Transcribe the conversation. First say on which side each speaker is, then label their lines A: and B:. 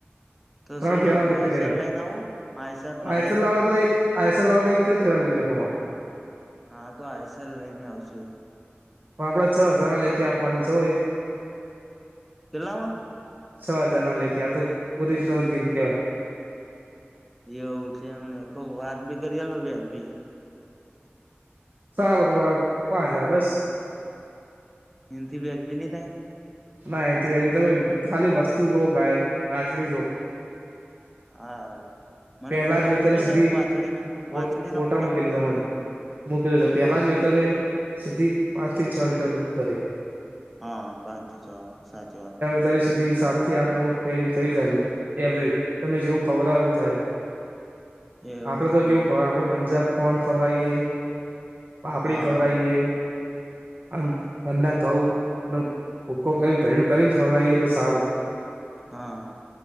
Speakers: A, in the centre; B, on the right.
A: તો
B: ત્રણ
A: શું
B: ફેરા
A: લાવું
B: માં જતી
A: આઈસર
B: રહે,
A: લઈને આવું આઈસર ભાડે
B: આઇશલ આવે તોય આઇશલ આવ તો એક જ ફેરા માં પતી જાય તમામ
A: હા, તો આઈસલ લઈને આવશુ.
B: આપણે છ હજાર ના લેખી આપવાની, છ એક
A: કેટલામાં?
B: છ હજાર ના લેખે આ તો ઓરિજિનલ ગિલ કેવાય.
A: એવું છે, એમને કો વ્યાજબી કરી આલો વ્યાજ બી
B: સારું તમારા પાંચ હજાર બસ
A: એન થી વ્યાજબી નઈ થાય?
B: ના એન થી વ્યાજબી તો, ખાલી વસ્તુ જોવો ખાલી કાથળી જોવો.
A: હા મને
B: પહેલા
A: ફોટા
B: જ વેતરે
A: મૂકજો
B: સીધી
A: ને વાછડી ના
B: ફો,
A: વાછડી
B: ફોટા
A: ના
B: મૂકી
A: મૂકજો
B: દીધા. મૂકી દેધ
A: હ
B: પેલા જ વેતરે સીધી પાંચ થી છ લીટર દૂધ તરે
A: હા, પાંચ થી છ સાચવવાનું
B: અત્યારે સીધી સાત થી આઠ, નવ થ.. થઈ જાય. એવરેજ, તમે જેવું ખવરાવો હો એવું થાય,
A: એવું
B: આપડે
A: છે
B: તો
A: એમ
B: કેવું ખવ આપડે પંજાબ ગોડ ખવડાઈએ, પાપડી
A: હા
B: ખવડાઈએ
A: હા
B: આમ, ઘરના ઘઉં નો ભૂકો કરીને ભેડું કરીને ખવડાવીએ, તો સારું
A: હા,